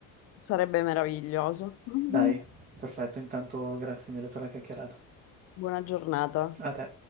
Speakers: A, on the left; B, on the right.
A: Sarebbe meraviglioso. <laughs>
B: Dai, perfetto, intanto grazie mille per la chiacchierata.
A: Buona giornata.
B: A te.